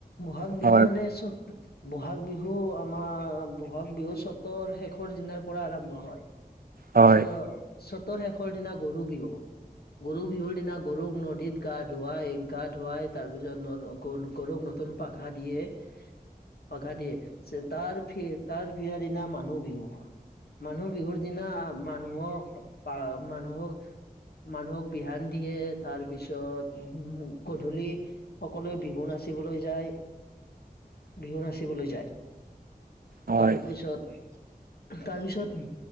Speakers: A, on the left (about 80°); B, on the right (about 70°).
A: বহাগ বিহু
B: হয়
A: মানে চব বহাগ বিহু বিহু আমাৰ বহাগ বিহু চতৰ শেষৰ দিনাৰ পৰা আৰম্ভ হয়।
B: হয়
A: চ চতৰ শেষৰ দিনা গৰু বিহু গৰু বিহুৰ দিনা গৰু নদীত গা ধোৱা এক গা ধুৱাই তাৰ পিছত ন গৰুক নতুন পাঘা দিয়ে পাঘা দিয়ে তাৰ তাৰ পিৰা দিনা মানুহ বিহু মানুহ বিহুৰ দিনা মানুহক পা মানুহক মানুহক বিহান দিয়ে তাৰ পিছত গধূলি সকলোৱে বিহু নাচিবলৈ যায়, বিহু নাচি চিবলৈ যায়,
B: হয়
A: তাৰ পিছত তাৰপিছত